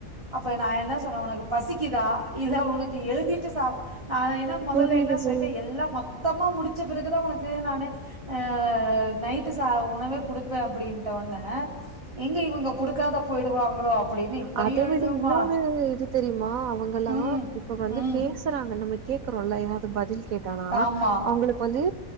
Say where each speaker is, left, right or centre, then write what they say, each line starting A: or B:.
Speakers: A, on the right (about 20°); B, on the right (about 80°).
A: அப்ப நா என்ன சொன்ன ஒனக்கு பசிக்குதா இல்ல ஒனக்கு எழுதிட்டு சா நா என்ன முதல்ல
B: புரியுது
A: என்ன
B: பு
A: சொல்லிட்ட எல்லா மொத்தமா முடிச்ச பெறகுதா ஒனக்கு நானு அ நைட்டு ச ஒணவே கொடுப்பே அப்டின்ட்ட ஒன்னெ எங்க இவங்க குடுக்காத போயிடுவாங்களோ அப்டின்னு இத்தனையு
B: அத
A: எழுதணுமா
B: விடு இன்னொரு இது தெரியுமா அவங்கல்லா
A: ம்
B: இப்ப வந்து
A: ம்
B: பேஸ் பேசுறாங்க நம்ம கேக்குறோல்ல ஏதாவது பதில் கேட்டானா
A: ஆமா
B: அவங்களுக்கு வந்து